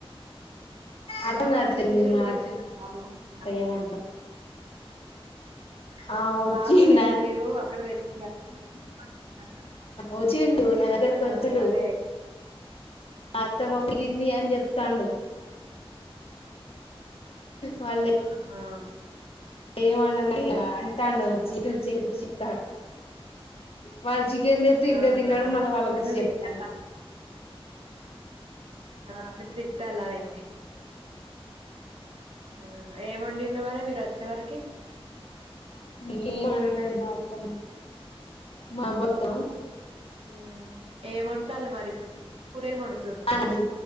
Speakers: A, on the right; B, on the left.
A: ఆహా
B: అర్థం కావట్లేదు
A: మిమ్మల్ని చూసి
B: మీ
A: ఉరికొచ్చిండా
B: మాట
A: బాబు అంటున్నా
B: ఏమం ఆ వచ్చిండండి
A: బాబు నిన్న మీరు అక్కడ వెళ్ళి <unintelligible>
B: ఒచ్చిండు నా దగ్గరికి
A: ఆ
B: ఒచ్చిండు
A: అదే
B: అత్తమ్మ గుటింది అని చెప్తాండు వాళ్లే
A: ఆహా
B: ఏమనది అట్ల అంటాండు చిరు చిరు చీట వాళ్ళ చికెన్ తెతే ఇరగా
A: ఆహా
B: తిన్నాడు మళ్ళీ వాళ్ళకుచి
A: నువ్వు
B: చెప్తాడు
A: తిట్టాలా ఆ మీరు తిట్టాలని ఊ ఏమండిండు మరి మీరు వచ్చే వరకి
B: ఏమనడు మాత్తమని మాబత్త
A: ఊ ఏం వండుతాళ్లు ఇప్పుడు కూరేమండుతల్
B: అంది